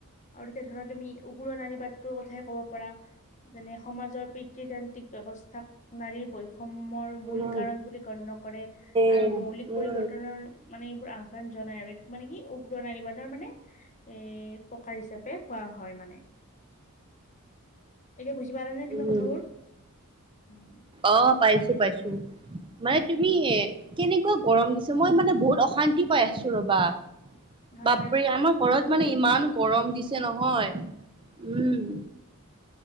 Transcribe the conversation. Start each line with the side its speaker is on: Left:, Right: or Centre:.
Left: আৰু তেতিয়া ধৰা তুমি উগুৰা নাৰী বাটটোৰ কথাই ক'ব পাৰা। যেনে সমাজৰ পিতৃতান্ত্ৰিক ব্যৱস্থাক নাৰীৰ বৈ ওমৰ মূল
Right: উম
Left: কাৰণ বুলি গণ্য কৰে আৰু
Right: উম
Left: মৌলিক পৰিৱৰ্তনৰ মানে এইবোৰ আহ্বান জনাই আৰু এইটো। উগ্ৰ নাৰীবাদৰ মানে এ প্ৰকাৰ হিচাপে কোৱা হয় মানে। এতিয়া বুজি পালা নে তুমি
Right: উম,
Left: কথাবোৰ উম,
Right: অ' পাইছো। মানে তুমি কেনেকুৱা গৰম দিছে, মই মানে বহুত অশান্তি পাই আছো ৰব। বা
Left: হয়
Right: বাপৰে
Left: হয় আজিতো
Right: আমাৰ ঘৰত
Left: বহুত
Right: মানে
Left: গৰম
Right: ইমান
Left: দিছে
Right: গৰম দিছে। দিছে নহয়, উম।